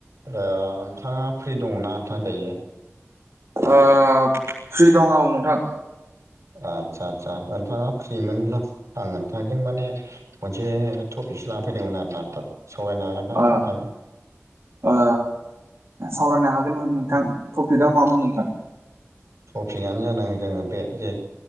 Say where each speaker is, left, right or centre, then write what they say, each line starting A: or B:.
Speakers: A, on the right (about 85°); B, on the right (about 70°).
A: नोंथाङा फ्रि दङना नोंथां दायो?
B: ओ फ्रि दं औ नोंथां।
A: आदसा आदसा नोंथाङा फ्रिमोनब्ला आं नोंथांजों माने मोनसे टपिकसो लानानै फैदोंमोन आरो ना नोंथां। सावरायनो हागोन ना
B: ओ
A: नोंथाङा?
B: ओ सावरायनो हागोनमोन नोंथां थप फिगा मामोन नोंथां?
A: थपिकआनो जादों जोङो बे जे